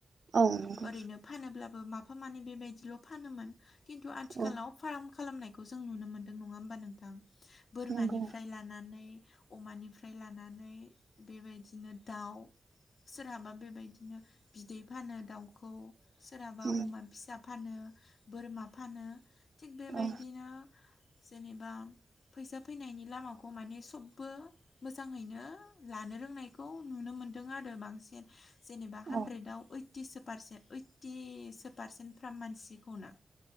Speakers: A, on the right; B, on the left.
A: औ नंगौ
B: ओरैनो फानोब्लाबो माफा माफा मानै बेबायदिल' फानोमोन खिन्थु आथिखालाव
A: औ
B: फार्म खालामनायखौ जों नुनो मोनदों नङा होमबा नोंथां? बोरमानिफ्राय
A: नंगौ
B: लानानै अमानि फ्राय लानानै बेबायदिनो दाउ सोरहाबा बेबायदिनो बिदै फानो दाउखौ सोरहाबा
A: उम
B: अमा फिसा फानो बोरमा फानो थिग बेबायदिनो
A: औ
B: जेनेबा फैसा फैनायनि लामाखौ माने सबबो मोजाङैनो लानो रोंनायखौ नुनो मोनदों आरो बांसिन। जेनेबा हानड्रेदाव
A: औ
B: ओइटिस पारसे ओइटिसो पारसेन्ट फ्राम मानसिखौनो।